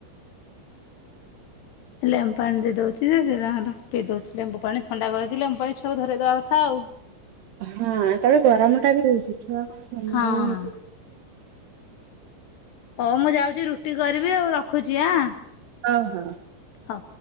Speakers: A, on the left; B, on the right.
A: ଲେମ୍ୱୁ ପାଣି ଦେଇ ଦଉଚି ଯେ ସେ ତାଙ୍କର ପିଇ ଦଉଚି ଲେମ୍ବୁ ପାଣି ଥଣ୍ଡା କହିକି ଲେମ୍ବୁ ପାଣି ଛୁଆକୁ ଧରେଇଦେବା କଥା ଆଉ।
B: ହଁ ତାପରେ ଗରମ ଟା ବି ହଉଚି ଛୁଆ କଣ ସମ୍ହାଲିହେବେ
A: ହଁ
B: ହେଇଥିରେ।
A: ହଉ ମୁଁ ଯାଉଚି ରୁଟି କରିବି ଆଉ ରଖୁଚି ଆଁ।
B: ହଁ ହଁ।
A: ହଉ।